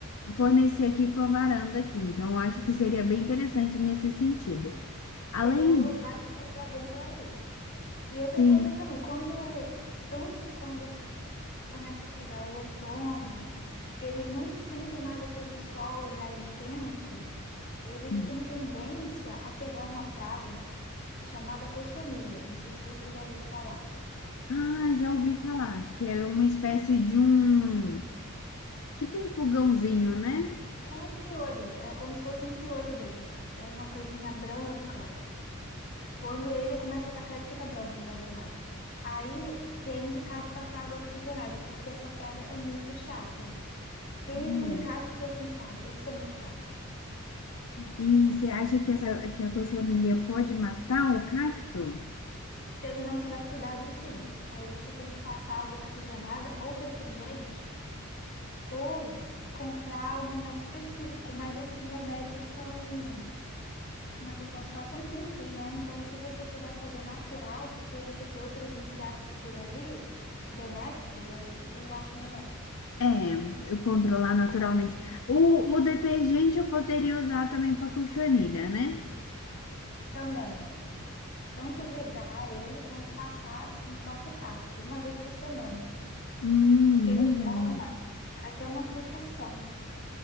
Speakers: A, on the left (about 75°); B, on the left (about 55°).
A: fornecer aqui com a varanda aqui. Então, acho que seria bem interessante nesse sentido. Além,
B: Seria um lugar que seria bom para eles. E outra
A: sim.
B: coisa também, quando tanto quando começa a chegar o outono, que eles não sentem mais aquele sol já intenso. Eles
A: hum.
B: têm tendência a pegar uma praga chamada cochonilha. Não sei se você já ouviu falar.
A: Ah, já ouvi falar que é uma espécie de um, tipo um pulgãozinho, né?
B: É um piolho, é como se fosse um piolho deles. É uma coisinha branca. Quando ele começa a atacar, ele fica branco, na verdade. Aí que é indicado passar água oxigenada, porque essa praga é muito chata. Quem
A: É.
B: tem cacto assim sabe, eles são muito chatos.
A: E você acha que essa que a cochonilha pode matar o cacto?
B: Se ele não tiver cuidado, sim. Aí você tem que passar água oxigenada ou detergente Ou comprar um remédio específico, mas esses remédios são, como é que eu posso falar? São químicos, né? Então, o que você puder fazer natural, porque você tem outros insetos por ali, benéficos, aí eu acho melhor.
A: É, eu controlar naturalmente. O, o detergente eu poderia usar também para cochonilha, né?
B: Também, tanto regar ele quanto passar no próprio cacto, uma vez por semana,
A: Hum,
B: porque ele
A: legal.
B: forma até uma proteção